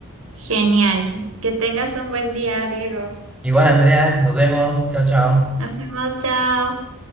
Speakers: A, on the right (about 70°); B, in the centre.
A: Genial. Que tengas un buen día, Diego.
B: Igual, Andrea, nos vemos. Chao, chao.
A: Nos vemos, chao.